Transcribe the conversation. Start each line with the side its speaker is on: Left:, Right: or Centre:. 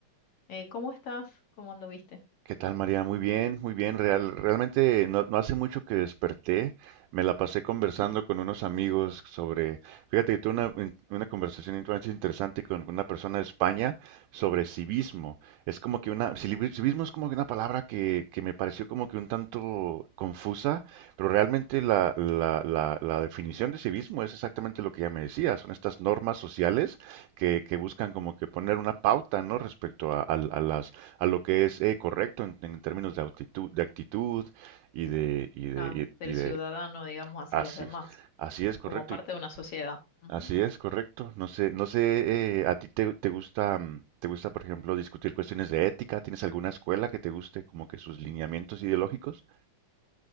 Left: Eh, ¿cómo estás? ¿Cómo anduviste?
Right: ¿Qué tal, María? Muy bien, muy bien. Real, realmente no, no hace mucho que desperté. Me la pasé conversando
Left: ¿Mm?
Right: con unos amigos sobre, fíjate que tuve una, in- una conversación bastante interesante con una persona de España sobre civismo. Es como que una, civi- civismo es como que una palabra que, que me pareció como que un tanto confusa, pero realmente la, la, la, la definición de civismo es exactamente lo que ya me decía. Son estas normas sociales que, que buscan como que poner una pauta, ¿no? Respecto a, a a las a lo que es eh, correcto en, en términos de actitud, de actitud y de, y de,
Left: Claro, del
Right: y y de
Left: ciudadano, digamos, hacia
Right: así
Left: los demás,
Right: es, así es correcto,
Left: como parte
Right: y-
Left: de una sociedad. Ujú.
Right: así es correcto. No sé, no sé, eh, a ti te, te gusta, mm, te gusta, por ejemplo, discutir cuestiones de ética. ¿Tienes alguna escuela que te guste como que sus lineamientos ideológicos?